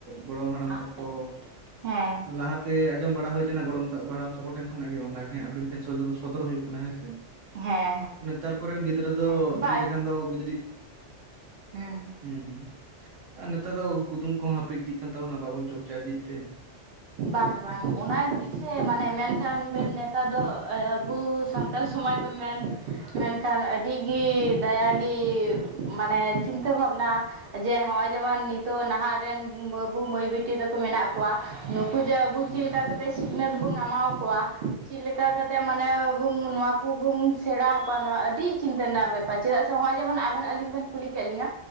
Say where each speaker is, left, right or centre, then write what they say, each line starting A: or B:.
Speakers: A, on the right (about 85°); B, on the right (about 60°).
A: ᱜᱚᱲᱚᱢ ᱦᱟᱲᱟᱢ
B: ᱟᱫ
A: ᱛᱟᱠᱚ
B: ᱪᱟᱵᱟᱜ ᱦᱮᱸ
A: ᱞᱟᱦᱟᱼᱼ ᱛᱮ ᱟᱸᱡᱚᱢ ᱵᱟᱲᱟ ᱦᱩᱭ ᱞᱮᱱᱟ ᱜᱚᱲᱚᱢ ᱵᱟ ᱦᱟᱲᱟᱢ ᱛᱟᱠᱚ ᱴᱷᱮᱱ ᱠᱷᱚᱱᱟᱜ ᱜᱮ ᱚᱱᱟᱜᱮ ᱟᱵᱤᱱ ᱴᱷᱮᱱ ᱥᱚᱫ ᱥᱚᱫᱚᱨ ᱦᱩᱭᱩᱜ ᱠᱟᱱᱟ ᱦᱮᱸ ᱥᱮ᱾
B: ᱦᱮᱸ
A: ᱱᱮᱛᱟᱨ ᱠᱚᱨᱮᱱ ᱜᱤᱫᱽᱨᱟᱹ ᱫᱚ
B: ᱦᱮᱸ
A: ᱞᱟᱹᱭ ᱞᱮᱠᱷᱟᱱ ᱫᱚ ᱩᱱᱠᱩ ᱡᱩᱫᱤ ᱼᱼ
B: ᱦᱮᱸ᱾
A: ᱦᱩᱸ ᱦᱩᱸ ᱟᱨ ᱱᱮᱛᱟᱨ ᱫᱚ ᱠᱩᱫᱩᱢ ᱠᱚᱦᱚᱸ ᱦᱟᱹᱯᱤᱫ ᱤᱫᱤᱜ ᱠᱟᱱ ᱛᱟᱵᱚᱱᱟ ᱵᱟᱵᱚᱱ ᱪᱚᱨᱪᱟᱭ ᱤᱫᱤ ᱮᱫ ᱛᱮ᱾
B: ᱵᱟᱝ ᱵᱟᱝ ᱚᱱᱟ ᱜᱤᱥᱮ ᱢᱟᱱᱮ ᱢᱮᱱᱠᱷᱟᱱ ᱵᱮᱱ ᱱᱮᱛᱟᱨ ᱫᱚ ᱟᱵᱚ ᱥᱟᱱᱼᱼ ᱥᱟᱱᱛᱟᱲ ᱥᱚᱢᱟᱡᱽ ᱫᱚ ᱢᱮᱱ ᱢᱮᱱᱠᱷᱟᱱ ᱟᱹᱰᱤ ᱜᱤ ᱫᱟᱭᱟ ᱜᱤ ᱢᱟᱱᱮᱼᱼ ᱪᱤᱱᱛᱟᱹ ᱵᱷᱟᱵᱽᱱᱟ᱾ ᱡᱮ ᱦᱚᱜᱼᱚᱭ ᱡᱮᱢᱚᱱ ᱱᱤᱛᱚᱜ ᱱᱟᱦᱟᱜ ᱨᱮᱱ ᱵᱟᱹᱵᱩ ᱢᱟᱹᱭ ᱵᱤᱴᱤ ᱛᱟᱠᱚ ᱢᱮᱱᱟᱜ ᱠᱚᱣᱟ᱾ ᱱᱩᱠᱩ ᱡᱮ ᱟᱵᱚ
A: ᱦᱩᱸ
B: ᱪᱮᱫ ᱞᱮᱠᱟ ᱠᱟᱛᱮ ᱥᱤᱼᱼ ᱥᱤᱠᱷᱱᱟᱹᱛ ᱵᱚᱱ ᱮᱢᱟᱣ ᱟᱠᱚᱣᱟ ᱪᱮᱫ ᱞᱮᱠᱟ ᱠᱟᱛᱮ ᱢᱟᱱᱮ ᱵᱚᱱ ᱱᱚᱣᱟ ᱠᱚᱵᱚᱱ ᱥᱮᱬᱟᱣᱟ ᱠᱚᱣᱟ ᱱᱚᱣᱟ ᱟᱹᱰᱤᱼᱼ ᱪᱤᱱᱛᱟᱹ ᱨᱮᱱᱟᱜ ᱵᱮᱯᱟᱨ ᱪᱮᱫᱟᱜ ᱥᱮ ᱱᱚᱜᱼᱚᱭ ᱡᱮᱢᱚᱱ ᱟᱵᱮᱱ ᱟᱹᱞᱤᱧ ᱵᱮᱱ ᱠᱩᱞᱤ ᱠᱮᱫ ᱞᱤᱧᱟ